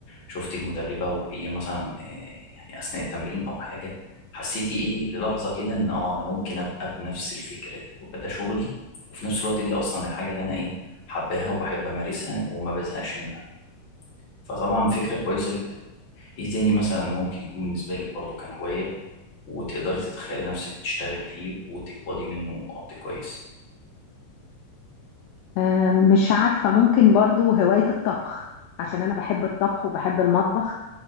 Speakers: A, on the left; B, on the left.
A: شفتي المدربة وهي مثلا آه، يعني اثناء التمرين او حاجة حسيتي ايه للحظة كده ان اه انا ممكن ابقى بنفس الفكرة دي ويبقى ده شغلي وفي نفس الوقت دي اصلا الحاجة اللي انا ايه حباها وبحب امارسها وما بزهقش منها فطبعا فكرة كويسة جدا ايه تاني مثلا ممكن يكون بالنسبة لك برضو كان هواية وتقدري تتخيلي نفسك بتشتغلي فيه وتقبضي منه قبض كويس
B: آه، مش عارفه ممكن برضو هوايه الطبخ عشان انا بحب الطبخ وبحب المطبخ